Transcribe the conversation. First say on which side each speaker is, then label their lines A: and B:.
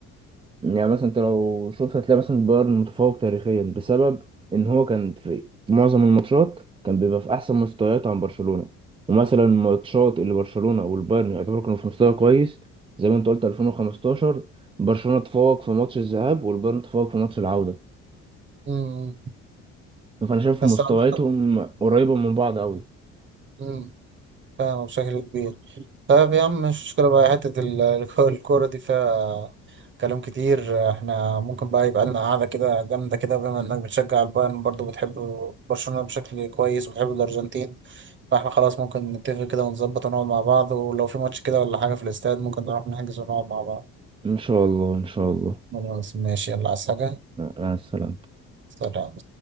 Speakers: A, on the right; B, on the right.
A: يعني مثلا انت لو شفت هتلاقي مثلا بايرن متفوق تاريخيا بسبب ان هو كان في معظم الماتشات كان بيبقى في احسن مستويات عن برشلونة ومثلا الماتشات اللي برشلونة والبايرن يعتبروا كانوا في مستوى كويس زي ما انت قلت 2015 برشلونة تفوق في ماتش الذهاب والبايرن تفوق في ماتش العودة
B: مم.
A: فانا شايف
B: بس
A: مستوياتهم
B: أعتقد
A: قريبة من بعض قوي
B: مم. فاهم بشكل كبير طيب يا عم مش مشكلة بقى حتة ال- <laughs> الك- الكورة دي فيها كلام كتير احنا ممكن بقى يبقى لنا قعدة كده جامدة كده بما انك بتشجع البايرن برضه بتحب برشلونة بشكل كويس وبتحب الأرجنتين فاحنا خلاص ممكن نتفق كده ونظبط ونقعد مع بعض ولو في ماتش كده ولا حاجة في الاستاد ممكن نروح نحجز ونقعد مع بعض
A: ان شاء الله ان شاء الله
B: خلاص ماشي يلا عايز حاجة
A: مع السلامة
B: سلام